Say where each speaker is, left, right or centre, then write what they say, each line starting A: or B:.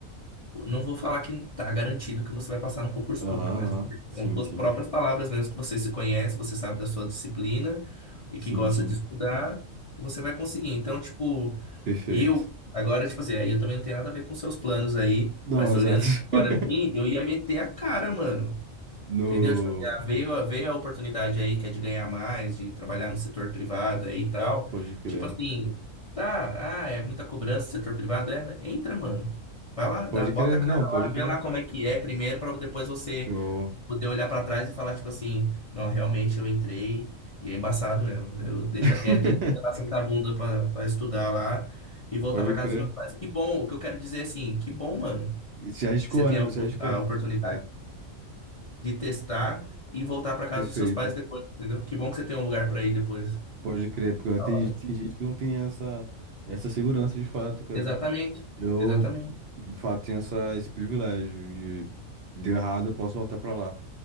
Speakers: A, on the left; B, on the right.
A: Não vou falar que tá garantido que você vai passar no concurso
B: Aham,
A: público, mas
B: aham. Sim,
A: com suas
B: sim.
A: próprias palavras mesmo, que você se conhece, você sabe da sua disciplina e
B: Sim,
A: que gosta
B: sim.
A: de estudar, você vai conseguir. Então, tipo,
B: Perfeito.
A: eu, agora, tipo assim, aí eu também não tenho nada a ver com seus planos aí,
B: Não,
A: mas
B: exato.
A: olhando
B: <laughs>
A: agora assim, eu ia meter a cara, mano.
B: No.
A: Entendeu? Tipo, assim, ah, veio, veio a oportunidade aí que é de ganhar mais, de trabalhar no setor privado aí e tal.
B: Pode crer.
A: Tipo assim, tá, ah, é muita cobrança, setor privado é, mas entra, mano. Vai lá, dá,
B: Pode
A: bota
B: crer?
A: a cara
B: Não, pode
A: lá, vê
B: crer.
A: lá como é que é primeiro, pra depois você
B: Show.
A: poder olhar pra trás e falar, tipo assim, não, realmente eu entrei e é embaçado mesmo. Eu deixa
B: <laughs>
A: quieto, deixa lá sentar a bunda pra, pra estudar lá e voltar
B: Pode
A: pra casa
B: crer.
A: dos meus pais. Que bom, o que eu quero dizer é assim, que bom, mano,
B: E Você arriscou,
A: que você tem
B: né?
A: a
B: Você
A: opor-
B: arriscou.
A: a oportunidade
B: É,
A: de testar e voltar para casa
B: perfeito.
A: dos seus pais depois, entendeu? Que bom que você tem um lugar para ir depois.
B: Pode crer, porque
A: Da
B: tem,
A: hora.
B: tem gente que não tem essa, essa segurança de fato, cara.
A: Exatamente,
B: Eu,
A: exatamente.
B: de fato tem essa, esse privilégio de deu errado, eu posso voltar pra lá.